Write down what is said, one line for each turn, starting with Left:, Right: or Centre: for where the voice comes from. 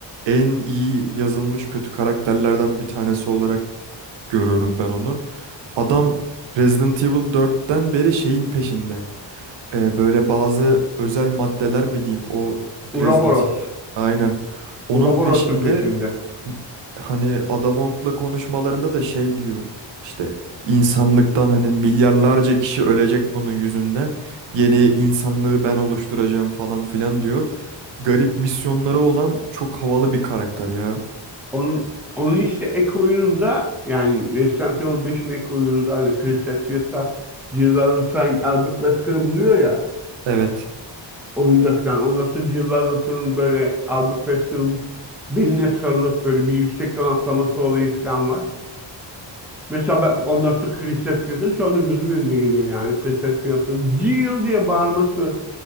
Right: en iyi yazılmış kötü karakterlerden bir tanesi olarak görüyorum ben onu. Adam Resident Evil dört'ten beri şeyin peşinde. Ee, böyle bazı özel maddeler mi diyeyim o
Centre: Ouroboros.
Right: Resident Evil. Aynen. Onun
Centre: Ouroboros'un
Right: peşinde
Centre: peşinde.
Right: Hani Ada Wong'la konuşmalarında da şey diyor işte insanlıktan hani milyarlarca kişi ölecek bunun yüzünden yeni insanlığı ben oluşturacağım falan filan diyor. Garip misyonları olan çok havalı bir karakter ya.
Centre: Onun, onun işte ek oyununda yani Resident Evil 5'in ek oyununda hani Chris Hadfield'la Jill Valentine Albert Basker'ı buluyor ya
Right: Evet.
Centre: oyunda falan. Ondan sonra Jill Valentine'ın böyle Albert Basker'ın beline sarılıp böyle bir yüksekten atlaması olayı falan var. Mesela ben ondan sonra Chris Hadfield'ın şu anda gözümün önüne geliyor yani. Chris Hadfield'ın Jill diye bağırması